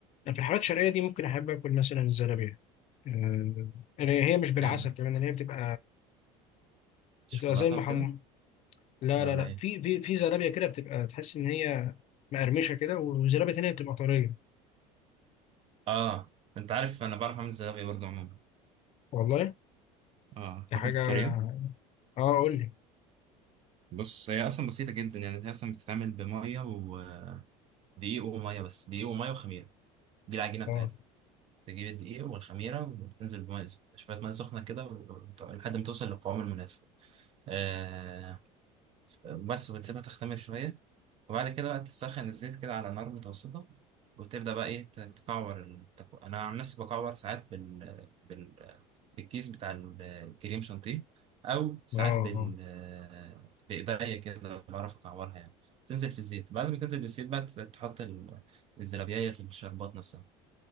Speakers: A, on the left; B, on the right.
A: انا في الحلويات الشرقيه دي ممكن احب اكل مثلا الزلابيه آه اللي هي مش بالعسل
B: إز-
A: كمان اللي هي بتبقى
B: شوكولاته
A: بتبقى زي المحم
B: وكده
A: لا
B: ولا
A: لا لا
B: ايه
A: في في في زلابيه كده بتبقى تحس ان هي مقرمشه كده وزلابيه تانيه بتبقى طريه
B: اه انت عارف انا بعرف اعمل الزلابيه برضه عموما
A: والله
B: اه
A: دي
B: تاخد
A: حاجه
B: الطريقه
A: اه قول لي
B: بص هي اصلا بسيطه جدا يعني هي اصلا بتتعمل بميه ودقيق وميه بس دقيق وميه وخميره دي العجينه بتاعتها
A: اه
B: تجيب الدقيق والخميرة وتنزل بمية شوية مية سخنة كده وت- لحد ما توصل للقوام المناسب آه بس وتسيبها تختمر شوية وبعد كده بقى تسخن الزيت كده على نار متوسطة وتبدأ بقى إيه ت- تكعور التكو... أنا عن نفسي بكعور ساعات بال... بال... بالكيس بتاع الكريم شانتيه أو ساعات
A: اه
B: بال
A: اه
B: بإيديا كده بعرف أكعورها يعني تنزل في الزيت بعد ما تنزل بالزيت بقى تحط ال- الزلابية في الشربات نفسها